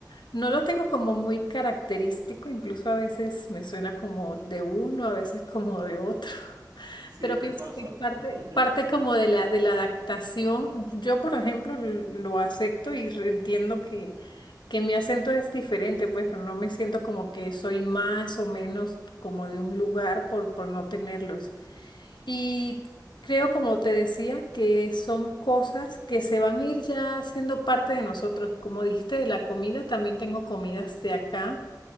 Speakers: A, on the left (about 80°); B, on the right (about 65°).
A: No lo tengo como muy característico, incluso a veces me suena como de uno, a veces como de otro.
B: sí,
A: Pero
B: me
A: pienso
B: pasa.
A: que es parte,
B: <laughs>
A: parte como de la, de la adaptación. Yo, por ejemplo, l- lo acepto y re- entiendo que, que mi acento es diferente, pues, pero no me siento como que soy más o menos como de un lugar por, por no tenerlos. Y creo, como te decía, que son cosas que se van a ir ya siendo parte de nosotros. Como dijiste de la comida, también tengo comidas de acá